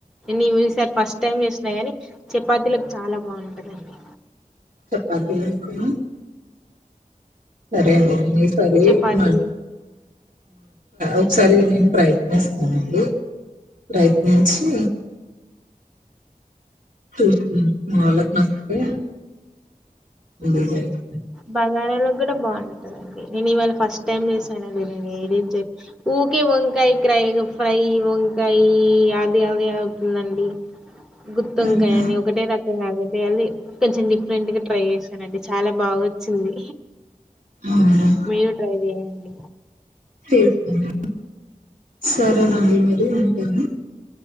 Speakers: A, in the centre; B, on the right.
A: నీవు ఈసారి ఫస్ట్ టైం చేసినా. కానీ చపాతీలకు చాలా బాగుంటుందండి,
B: చపాతి లు అనుకోని, సరే అండి నేను ఈ సరి
A: చపాతీలు
B: మ ఒకసారి నేను ప్రయత్నిస్త, నండి ప్రయత్నించి, చూస్తా మా వాళ్లకు నచ్చితే మళ్లీ చేస్తా,
A: బగారాలోకి కూడా బాగుంటందండి. నేను ఇవాళ ఫస్ట్ టైం చేశానండి. నేను ఏది ఊరికే వంకాయ క్రై ఫ్రై వంకాయ అది అది అవుతుందండి, గుత్తొంకాయని
B: ఊహు.
A: ఒకటే ర, దళ్ళీ కొంచెం డిఫరెంట్ గా ట్రై చేశానండి చాలా బాగావో, వచ్చింది,
B: అవును
A: మీరు ట్రై చేయండి,
B: చేస్తానండి సరేనండి మరి ఉంటాను,